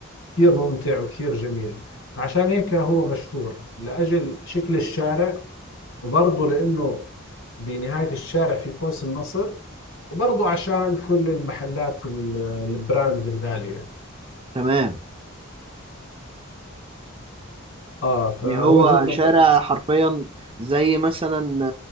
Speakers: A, on the left (about 80°); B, on the right (about 25°).
A: كثير ممتع وكثير جميل عشان هيك هو مشهور لأجل شكل الشارع وبرضه لأنه بنهاية الشارع في قوس النصر وبرضه عشان كل المحلات ال- البراند الغالية
B: تمام
A: آه فهو
B: يعني هو
A: جدا
B: شارع
A: رومانسي
B: حرفيا زي مثلا